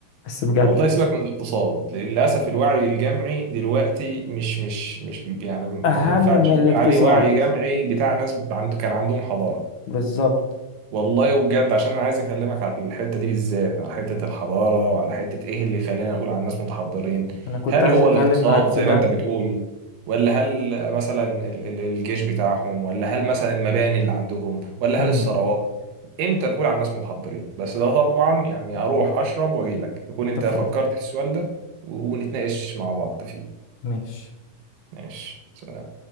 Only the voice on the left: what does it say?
بس بجد
اهم
من
الاقتصاد
بالظبط
أنا كنت
عايز
أتكلم
معاك في
ده
امم
اتفق
ماشي